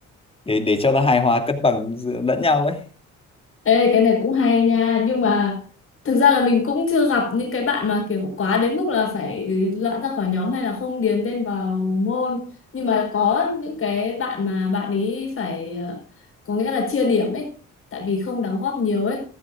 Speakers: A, on the left; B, on the left.
A: để để cho nó hài hòa cân bằng giữa- lẫn nhau ấy
B: Ê, cái này cũng hay nha nhưng mà thực ra là mình cũng chưa gặp những cái bạn mà kiểu quá đến mức là phải loại ra khỏi nhóm hay là không điền tên vào môn nhưng mà có những cái bạn mà bạn ấy phải ờ, có nghĩa là chia điểm ấy tại vì không đóng góp nhiều ấy